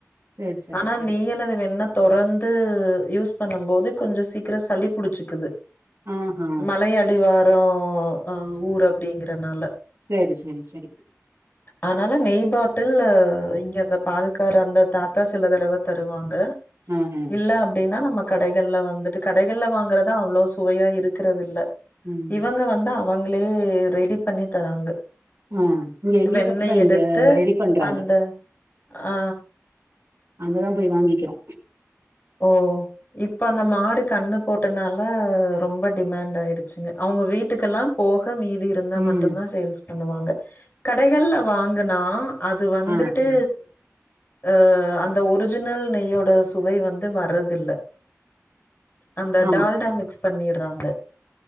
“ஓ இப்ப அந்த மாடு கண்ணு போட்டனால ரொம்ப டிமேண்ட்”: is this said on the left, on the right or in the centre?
Left